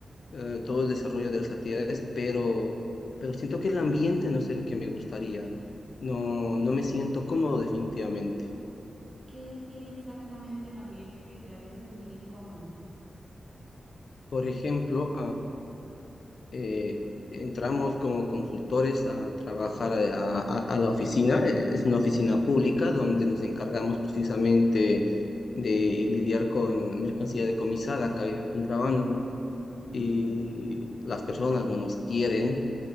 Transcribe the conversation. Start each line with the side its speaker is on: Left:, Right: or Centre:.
Left: eh, todo el desarrollo de las actividades, pero, pero siento que el ambiente no es el que me gustaría. No,
Right: ok.
Left: no me siento cómodo definitivamente.
Right: ¿Qué tiene exactamente el ambiente que te hace sentir incómodo?
Left: Por ejemplo, eh, entramos como consultores a trabajar a, a- a la oficina. Eh, Es una oficina pública donde nos encargamos precisamente de lidiar con mercancía decomisada, caída en contrabando.
Right: Ujú,
Left: Y las personas no nos quieren,